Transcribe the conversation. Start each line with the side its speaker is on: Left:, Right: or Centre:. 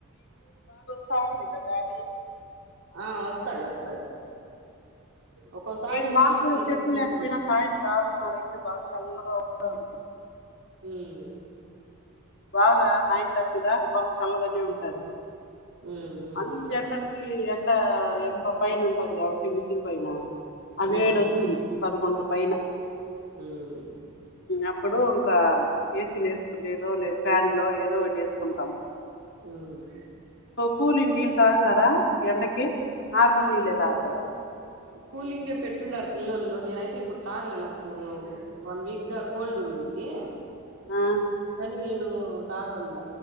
Left: సౌండ్ చిన్నా గానీ
Right: ఆ వస్తాది వస్తాది. ఒక్కోసారి
Left: ఇడా
Right: ఉమ్మగిచ్చినట్టు
Left: మాకూడా చెట్లు
Right: ఉండిపోతుంది
Left: లేకపోయినా సాయంత్రం అరున్నారా అయితే బాగా చల్లగా వస్తోంది.
Right: ఉహ్
Left: బాగా నైన్ థర్టీ దాకా బాగా చల్లగానే ఉంటది.
Right: ఉమ్ ఉమ్
Left: అల్ల్ ఎండలకి ఎల్ ఎండ ఏంబ పైన ఉంటది. కాబట్టి మిదిరి పైన అవి
Right: ఉమ్
Left: ఏడు వస్తుంది పదకొండు పైన
Right: హుహ్
Left: అప్పుడు ఇంకా ఏసీలు ఏసుకుంటేదో లేదా ఫ్యాన్ లో ఏదో ఒకటి ఏసుకుంటాం.
Right: ఉహుహ్
Left: కూలింగ్ నీల్ తాగుతారా, ఎండకి నార్మల్ నీళ్ళే తాగుతారా.
Right: కూలింగే పెట్టున్నారు, పిల్లలు నేనైతే ఇప్పుడు తాగల నాకు వన్ వీగ్దా కోల్డ్ ఏందే
Left: ఆ
Right: హిళ్ళు తాగడం లే